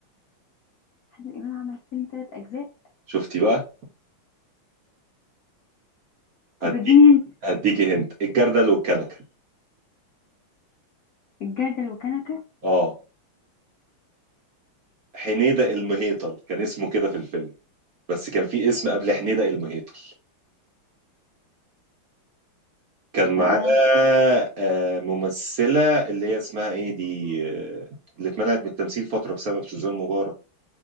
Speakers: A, on the left; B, on the right.
A: عادل إمام عمل فيلم ثلاث أجزاء
B: شفتي بقى
A: طب
B: هديك
A: اديني هنت
B: هديكي هنت الجردل والكنكه
A: الجردل وكنكة
B: اه حنيدة المهيطل كان اسمه كده في الفيلم بس كان في اسم قبل حنيدة المهيطل كان معاه
A: آه،
B: آه، ممثلة اللي هي اسمها ايه دي آه، اللي اتمنعت من التمثيل فترة بسبب سوزان مبارك